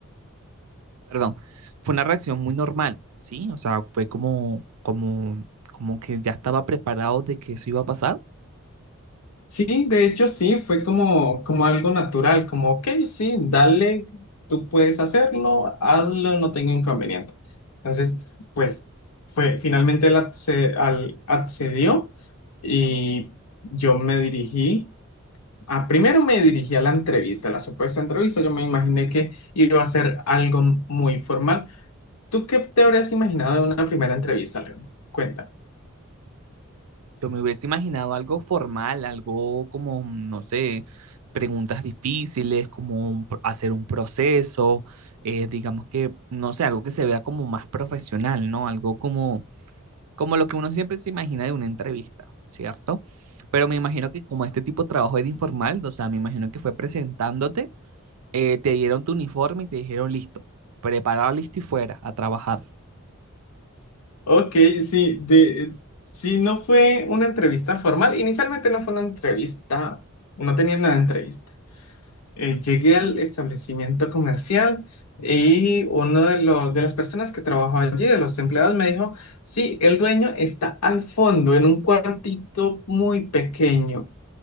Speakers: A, on the right; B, on the left.
A: perdón, fue una reacción muy normal, ¿sí? O sea, fue como, como, como que ya estaba preparado de que eso iba a pasar.
B: Sí, de hecho sí, fue como, como algo natural, como, ok, sí, dale, tú puedes hacerlo, hazlo, no tengo inconveniente. Entonces, pues fue, finalmente él acce- al- accedió y yo me dirigí, a, primero me dirigí a la entrevista, a la supuesta entrevista, yo me imaginé que iba a ser algo muy formal. ¿Tú qué te habrías imaginado de una primera entrevista, León? Cuenta.
A: Yo me hubiese imaginado algo formal, algo como, no sé, preguntas difíciles, como un pro- hacer un proceso, eh, digamos que, no sé, algo que se vea como más profesional, ¿no? Algo como, como lo que uno siempre se imagina de una entrevista, ¿cierto? Pero me imagino que como este tipo de trabajo era informal, o sea, me imagino que fue presentándote eh, te dieron tu uniforme y te dijeron listo, preparado, listo y fuera a trabajar.
B: Ok, sí, de, sí, no fue una entrevista formal. Inicialmente no fue una entrevista, no tenía nada de entrevista. Eh, llegué al establecimiento comercial y uno de, los de las personas que trabajaba allí, de los empleados, me dijo, sí, el dueño está al fondo, en un cuartito muy pequeño